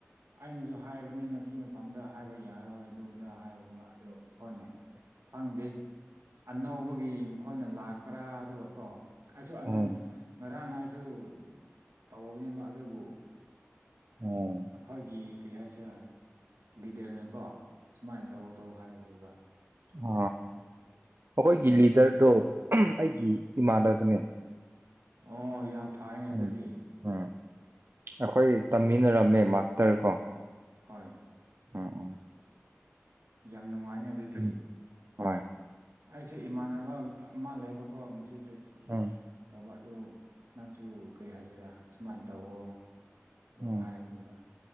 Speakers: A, on the right; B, on the right.
A: ꯑꯩꯅꯁꯨ ꯍꯥꯏꯕꯅꯦ ꯃꯁꯤ ꯃꯐꯝꯗ ꯍꯥꯏꯕ ꯌꯥꯔꯣꯏ ꯑꯗꯨꯗ ꯍꯥꯏꯕꯅꯦꯕ ꯑꯗꯨ ꯑꯈꯣꯏꯅ ꯈꯪꯗꯦ ꯑꯅꯧꯕꯒꯤ ꯃꯈꯣꯏꯅ ꯂꯥꯛꯄ꯭ꯔꯥ ꯑꯗꯨꯒ ꯀꯣ ꯑꯩꯁꯨ ꯑꯅꯧ
B: ꯎꯝ
A: ꯉꯔꯥꯡꯅꯥ ꯗꯨ ꯇꯧꯕꯅꯤꯕ ꯑꯗꯨꯕꯨ
B: ꯎꯝ
A: ꯑꯈꯣꯏꯒꯤ ꯀꯔꯤ ꯍꯥꯏꯁꯤꯔ ꯂꯤꯗꯔꯅꯀꯣ ꯁꯨꯃꯥꯏꯅ ꯇꯧ ꯇꯧ ꯍꯥꯏꯔꯤꯕ
B: ꯑ ꯑꯈꯣꯏꯒꯤ ꯂꯤꯗꯔꯗꯣ ꯑꯩꯒꯤ ꯏꯃꯥꯟꯅꯕꯅꯦ
A: ꯑꯣ ꯌꯥꯝ ꯐꯥꯏ ꯑꯗꯨꯗꯤ
B: ꯎꯝ ꯎꯝ ꯑꯩꯈꯣꯏ ꯇꯝꯃꯤꯟꯅꯔꯝꯃꯦ ꯃꯥꯁꯇꯔ ꯀꯣ
A: ꯍꯣꯏ
B: ꯎꯝ
A: ꯌꯥꯝ ꯅꯨꯡꯉꯥꯏꯅꯦ ꯑꯗꯨꯗꯤ
B: ꯎꯝ ꯍꯣꯏ
A: ꯑꯩꯁꯨ ꯏꯃꯥꯟꯅꯕ ꯑꯃ ꯂꯩꯕꯀꯣ ꯃꯁꯤꯗ
B: ꯎꯝ
A: ꯇꯧꯕ ꯑꯗꯨ ꯅꯪꯁꯨ ꯀꯔꯤ ꯍꯥꯏꯁꯤꯔꯥ ꯁꯨꯃꯥꯏꯅ ꯇꯧꯋꯣ ꯑꯗꯣ
B: ꯎꯝ
A: ꯍꯥꯏꯕꯅꯦꯕ